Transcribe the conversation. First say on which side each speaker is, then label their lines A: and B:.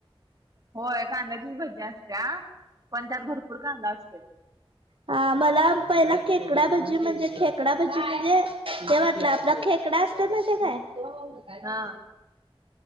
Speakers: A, on the right; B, on the right.
A: होय कांद्याचीच भजी असत्या पण त्यात भरपूर कांदा असतोय.
B: ह मला पहिला खेकडा भजी म्हणजे खेकडा भजी म्हणजे ते वाटलं आपला खेक खेकडा असते माहिती हाय काय?
A: हा